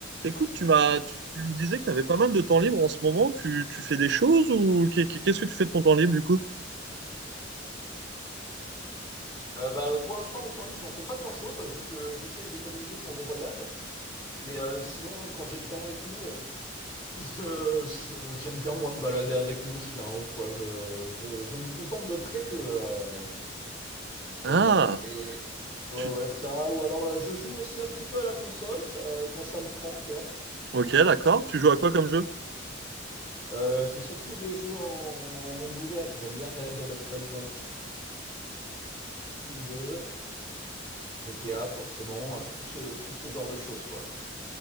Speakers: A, on the right; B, on the left.
A: Écoute, tu m'as, tu, tu me disais que tu avais pas mal de temps libre en ce moment. Tu, tu fais des choses ou qu'est- qu'est- qu'est-ce que tu fais de ton temps libre du coup?
B: Euh, bah, pour l'instant, mon temps libre, j'en fais pas grand-chose, vu que j'essaye d'économiser pour des voyages. Mais euh, sinon, quand j'ai le temps et tout, euh, je, je- j'aime bien, moi, me balader avec mon chien ou quoi. Je, je, je me contente de très peu. euh, ouais,
A: Ah,
B: ouais. Et, ouais,
A: tu...
B: ouais, ça. Ou alors, euh, je joue aussi un petit peu à la console, ça, quand ça me prend, quoi.
A: ok, d'accord. Tu joues à quoi comme jeu?
B: Euh, c'est surtout des jeux en, en monde ouvert. J'aime bien Red Dead Redemption 2, GTA, forcément, euh, tout ce, tout ce genre de choses, quoi.